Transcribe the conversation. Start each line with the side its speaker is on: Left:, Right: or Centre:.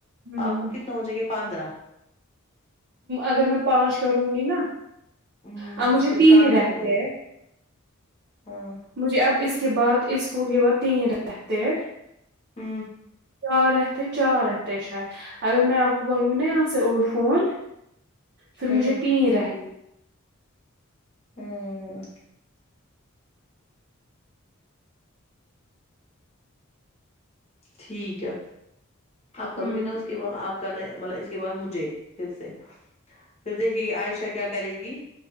Right: ہوں
Left: آپ کو کتنا ہو جائے گا پندرہ
Right: اگر میں پانچ کروں گی نا
Left: ہوں
Right: ا مجھے
Left: پھر
Right: تین
Left: کال
Right: ہی رہتے
Left: کرے گی
Right: ہیں
Left: ہاں
Right: مجھے اب اس کے بعد اس فون کے بعد تین رہتے ہیں
Left: ہاں
Right: چار رہتے چار رہتے شید اگر میں آپ کو کروں گی نا یہاں سے اور فون پھر
Left: ہوں
Right: مجھے تین رہ
Left: ہوں ٹھیک ہے آپ کرو
Right: ہوں
Left: گے نا اس کے آپ کا مطلب اس کے بعد مجھے پھر سے پھر دیکھے گی عائشہ کیا کرے گی